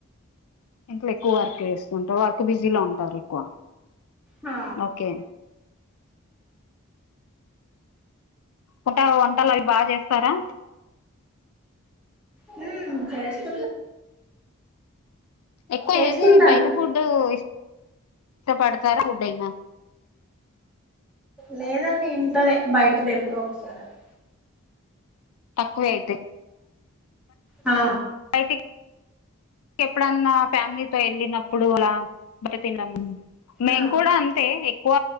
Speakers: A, on the left; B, in the centre.
A: ఇంట్లో ఎక్కువ వర్క్ చేస్తుంటారు వర్క్ బిజీలో ఉంటారు ఎక్కువ
B: ఆ
A: ఓకే ఉంట వంటలు అవి బాగా చేస్తారా
B: హ చేస్తా
A: ఎక్కువ
B: చేస్తుంటాను
A: ఏది బయట ఫడ్ ఇష్టపడతారా ఫుడ్ అయినా
B: లేదండి ఇంట్లోనే బయటది ఎప్పుడో ఒకసారి అది
A: తక్కువే అయితే
B: హా
A: బయటకు ఎప్పుడన్నా ఫ్యామిలీతో ఎళ్లినప్పుడు అలా బట తిన మేము
B: ఆ
A: కూడా అంతే ఎక్కువ